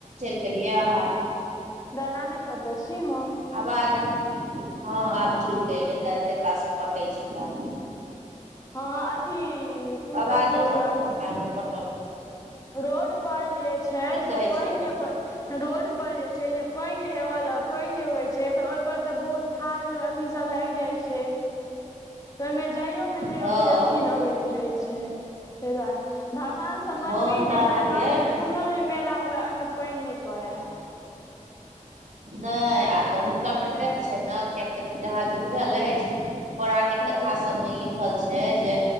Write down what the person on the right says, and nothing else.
केलियाहा
आवाज हँ आब ठीक अई रैत तऽ एते काल सँ कटै छलए
आवाजो
कखनो काल के कटऽ लगै छै
की
कहै
छलहुँ
हँ
हम तऽ
अहाँके
नै आ तऽ हुनका प्रत्यक्ष छैनक कियाक तऽ अहाँके बुझल अछि पौराणिक
कथा सबमे लिखल छै जे